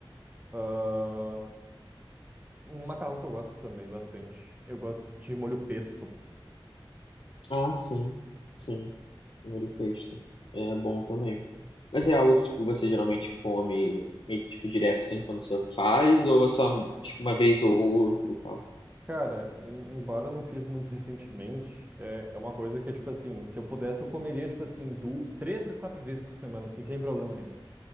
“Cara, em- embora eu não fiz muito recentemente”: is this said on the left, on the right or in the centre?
Right